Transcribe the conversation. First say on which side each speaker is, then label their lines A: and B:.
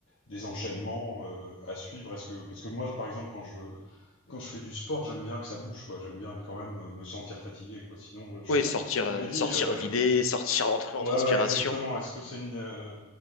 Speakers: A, on the left (about 70°); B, on the left (about 85°).
A: des enchaînements, euh, à suivre? Est-ce que, parce que moi, par exemple, quand je, quand je fais du sport, j'aime bien que ça bouge, quoi. J'aime bien être quand même euh, me sentir fatigué, quoi. Sinon, euh, je
B: Oui, sortir,
A: je
B: euh,
A: me dis,
B: sortir
A: heu,
B: vidé,
A: <laughs>
B: sortir en, en
A: ouais,
B: transpiration,
A: ouais, exactement. Est-ce que c'est une, heu,